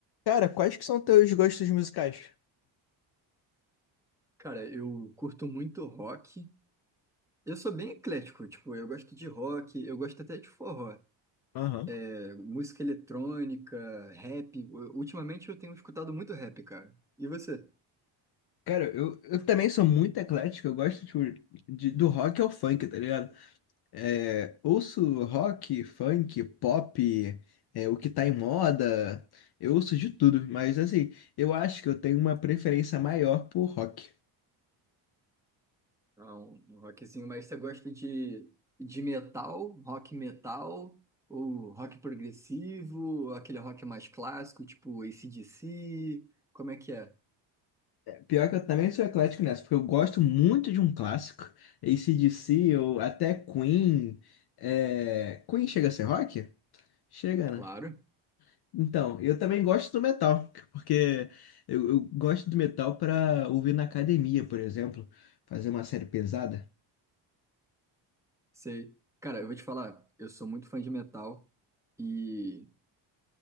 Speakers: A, on the left; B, in the centre.
A: Cara, quais que são teus gostos musicais?
B: Cara, eu curto muito rock. Eu sou bem eclético, tipo, eu gosto de rock, eu gosto até de forró.
A: Aham.
B: É, música eletrônica, rap. U- Ultimamente eu tenho escutado muito rap, cara. E você?
A: Cara, eu, eu também sou muito eclético, eu gosto tipo, de, do rock ao funk, tá ligado? É, ouço rock, funk, pop, é, o que tá em moda, eu ouço de tudo, mas assim, eu acho que eu tenho uma preferência maior por rock.
B: Ah, um um rockzinho, mas você gosta de, de metal, rock metal, ou rock progressivo, ou aquele rock mais clássico, tipo AC/DC? Como é que é?
A: Pior que eu também sou eclético nessa, porque eu gosto muito de um clássico, AC/DC ou até Queen. é, Queen chega a ser rock? Chega,
B: Claro,
A: né? Então, eu também gosto do metal, porque eu, eu gosto do metal para ouvir na academia, por exemplo, fazer uma série pesada.
B: sei. Cara, eu vou te falar, eu sou muito fã de metal. e